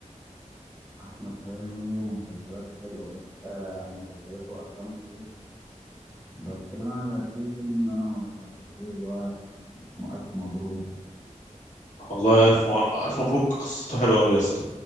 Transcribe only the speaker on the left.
والله ألف م... ألف مبروك قصته حلوة أوي يا اسطى